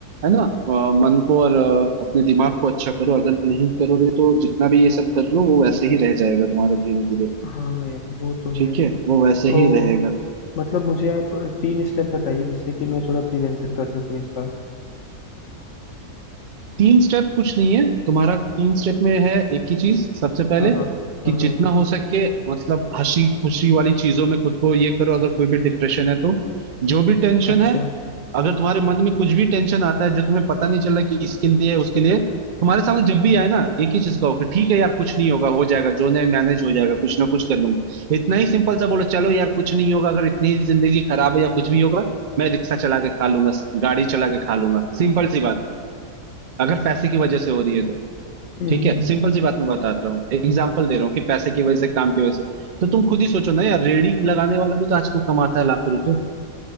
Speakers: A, on the right; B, on the left.
A: है ना अ, मन को और अ, अपने दिमाग को अच्छा करो अगर नहीं करोगे तो जितना भी ये सब कर लो वो वैसे ही रह जाएगा तुम्हारा धीरे धीरे
B: हाँ यार वो तो
A: ठीक
B: है
A: है वो वैसे
B: तो
A: ही रहेगा
B: मतलब मुझे आप तीन स्टेप बताइए जिससे कि मैं थोड़ा प्रिवेंशन कर सकूं इसका
A: तीन स्टेप कुछ नहीं है तुम्हारा तीन स्टेप में है एक ही चीज सबसे पहले
B: हाँ हाँ हाँ
A: कि
B: हाँ
A: जितना हो सके मतलब हंसी खुशी वाली चीजों में खुद को ये करो अगर कोई भी डिप्रेशन है तो जो भी टेंशन
B: अच्छा
A: है अगर तुम्हारे मन में कुछ भी टेंशन आता है जो तुम्हें पता नहीं चल रहा कि इसके लिए है, उसके लिए तुम्हारे सामने जब भी आए ना एक ही चीज कहो कि ठीक है यार कुछ नहीं होगा हो जाएगा जो नहीं मैनेज हो जाएगा कुछ ना कुछ कर लूंगा इतना ही सिंपल सा बोलो चलो यार कुछ नहीं होगा अगर इतनी ही जिंदगी खराब है या कुछ भी होगा मैं रिक्शा चला के खा लूंगा गाड़ी चला के खा लूंगा सिंपल सी बात अगर पैसे की वजह से हो रही है तो
B: हम्म
A: ठीक है सिंपल सी बात मैं बता रहा हूँ एग्जाम्पल दे रहा हूँ कि पैसे की वजह से काम की वजह से तो तुम खुद ही सोचो ना यार रेडी लगाने वाला भी तो आजकल कमाता है लाखों रुपए